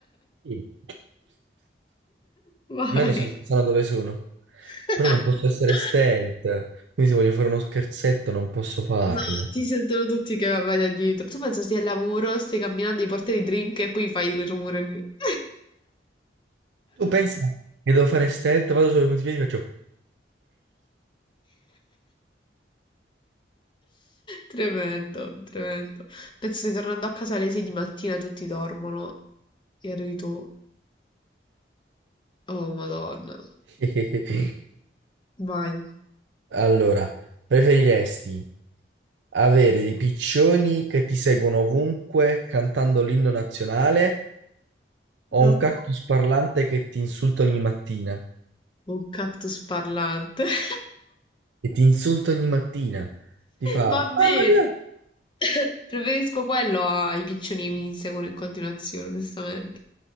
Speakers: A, on the right; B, on the left.
A: Sì,
B: <laughs>
A: Almeno
B: Vai.
A: san- sanno dove sono.
B: <laughs>
A: Però non posso essere stealth. Quindi se voglio fare uno scherzetto non posso farlo.
B: No, ti sentono tutti che vai da dietro. Tu pensa stai al lavoro, stai camminando, ti porti i drink e poi fai quel rumore lì. <laughs>
A: Tu pensi che devo fare stealth? Vado sulle punti piedi e faccio...
B: Tremendo, tremendo. Penso stai tornando a casa alle 6 di mattina, tutti dormono e arrivi tu. Oh, Madonna.
A: <laughs>
B: Vai.
A: Allora, preferiresti avere dei piccioni che ti seguono ovunque cantando l'inno nazionale o
B: È un,
A: un cactus parlante che ti insulta ogni mattina?
B: un cactus parlante. <laughs>
A: E ti insulta ogni mattina. Ti fa,
B: Va bene.
A: ah, ma via,
B: <coughs> Preferisco quello ai piccioni che mi inseguono in continuazione, onestamente.